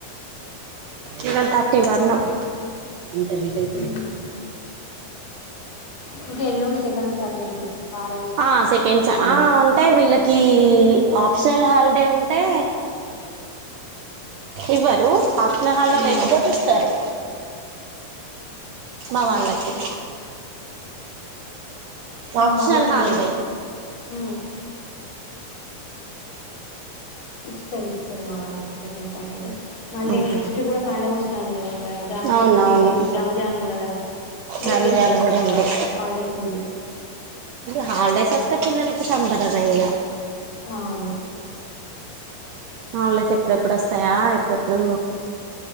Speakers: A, on the right; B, on the left.
A: ఇవాళ్ళ <inaudible>
B: ఉమ్ ఇంకా ఎల్లుండి సెకండ్ సాటర్డే ఇంకా రోజు
A: ఆ
B: ఇంట్లోనే
A: సెకండ్స్ స
B: పిల్లలకి
A: ఆ అంటే వీళ్ళకి ఈ ఆప్షనల్ హాలిడే ఉంటే ఇవ్వరు ఆప్షనల్ హాలిడే
B: ఉమ్
A: లేకపోతే ఇస్తారు మా
B: ఆ
A: వాళ్ళకి
B: మా
A: ఆప్షనల్
B: వాళ్ళకు
A: హాలిడే
B: ఉంటేది హ ఇస్తారు ఇస్తారు మా వాళ్ళకి సెకండ్ సాటర్డే మళ్ళీ
A: అవునా
B: నెక్స్ట్ కూడా పండగ వస్తాంది కదా దానికి
A: అవునవును
B: కూడా త్రీ డేస్ రంజాన్ కూడా కదా త్రీ
A: రంజాన్
B: డేస్ అట్లా
A: కూడా ఉంది
B: హాలిడేస్ ఉంది
A: హాలిడేస్ వస్తే పిల్లలకి సంబరమే ఇగ
B: అవును
A: హాలీడేస్ ఎప్పుడెప్పుడు వస్తాయా ఏప్పుడెప్పుడు